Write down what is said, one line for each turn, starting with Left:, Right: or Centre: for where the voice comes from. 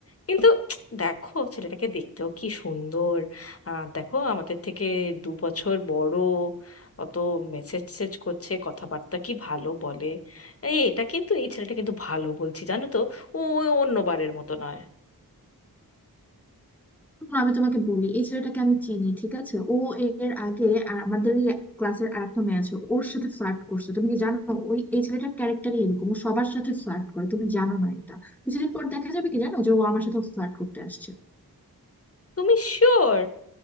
Left: কিন্তু দেখো ছেলেটাকে দেখতেও কি সুন্দর আহ, দেখো আমাদের থেকে দু বছর বড় অত মেসেজ সেজ করছে কথাবার্তা কি ভালো বলে এই এটা কিন্তু এই ছেলেটা কিন্তু ভালো বলছি জানো তো ও অন্যবারের মতো নয়
Centre: শোনো, আমি তোমাকে বলি এই ছেলেটাকে আমি চিনি ঠিক আছে ও এর আগে আর আমাদের ইয়ে ক্লাসের আরেকটা মেয়ে আছে ওর সাথে ফ্লার্ট করছে তুমি কি জানো ওই এই ছেলেটার ক্যারেক্টারই এরকম ও সবার সাথে ফ্লার্ট করে তুমি জানো না এটা কিছুদিন পর দেখা যাবে কি জানো যে ও আমার সাথে ফ্লার্ট করতে আসছে
Left: তুমি শিওর